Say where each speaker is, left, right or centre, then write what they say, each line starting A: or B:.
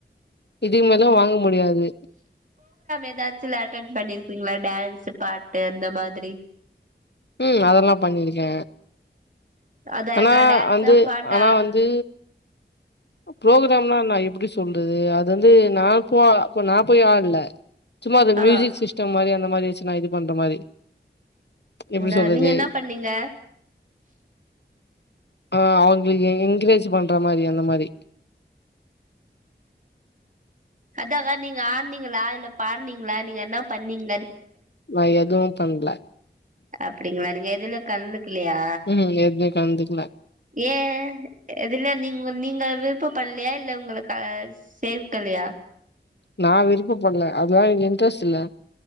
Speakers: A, on the left; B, on the right.
A: இதுக்குமேலு வாங்க முடியாது.
B: எதாச்சு அட்டன் பண்ணிருப்பீங்களா டான்ஸ், பாட்டு அந்த மாதிரி
A: ம் அதெல்லா பண்ணிருக்க
B: அதா
A: ஆனா
B: என்ன டான்ஸா
A: வந்து
B: பாட்டா
A: ஆனா வந்து ப்ரோகராம்னா நா எப்டி சொ சொல்றது அது வந்து நா போ அப்போ நா போய் ஆட்ல. சும்மா அது
B: ஆ
A: மியூசிக் சிஸ்டம் மாரியான மாரி வச் நா இது பண்ற மாரி எப்டி
B: ந
A: சொல்றது
B: நீங்க என்னப்பண்ணீங்க
A: ஆ அவங்கக்கு எங்கரேஜ் பண்ற மாரி அந்த மாரி
B: அதாங்க நீங்க ஆட்னீங்களா இல்ல அப்ப ஆட்னீங்கனா நீங்க என்ன பண்ணீங்க
A: நா எதுவு பண்ல
B: அப்டிங்களா நீங்க எதுல கலந்து கில்லயா
A: ம் எதுலயு கலந்துக்கல
B: ஏ எதுல நீங்க நீங்க விருப்ப பட்லயா எ இல்ல உங்களுக்கு அ சேர்க்கல்லையா
A: நா விருப்பப்பட்ல அதுலா எனக்கு இன்ட்ரெஸ்ட் இல்ல